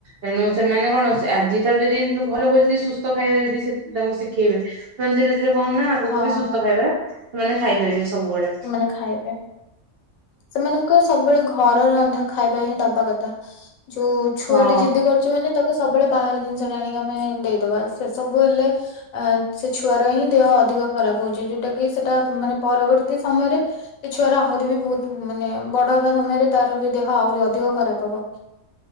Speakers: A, on the right; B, on the left.
A: ତେଣୁ ସେମାନେ କଣ ଆଜିଠାରୁ ଯଦି ନୁ ଭଲ କରି ଯଦି ସୁସ୍ଥ ଖାଇବା ଯେଦି ସେ ତାଙ୍କୁ ଶିଖେଇବେ ସେମାନେ ଧୀରେ ଧୀରେ କଣ ନା ଆଗୁକୁ
B: ହଁ
A: ବି ସୁସ୍ଥ ଖାଇବା ସେମାନେ ଖାଇପାରିବେ ସବୁବେଳେ
B: ମାନେ ଖାଇବେ ସେମାନଙ୍କ ସବୁବେଳେ ଘର ରନ୍ଧା ଖାଇବା ହିଁ ଦବା କଥା ଯୋଉ ଛୁଆଟୀ
A: ହଁ
B: ଜିଦି କରୁଛି ମାନେ ତାକୁ ସବୁବେଳେ ବାହାର ଜିନିଷ ଟା ଆଣିକି ଆମେ ଦେଇଦବା ସେ ସବୁ ହେଲେ ଆ ସେ ଛୁଆର ହିଁ ଦେହ ଅଧିକ ଖରାପ୍ ହୋଉଛି ଯୋଉଟା କି ସେଟା ମାନେ ପରବର୍ତ୍ତୀ ସମୟରେ ସେ ଛୁଆର ଆହୁରି ବି ବୋହୁତ୍ ମାନେ ବଡ ହେବା ସମୟରେ ତାର ବି ଦେହ ଆହୁରି ଅଧିକ ଖରାପ୍ ହବ।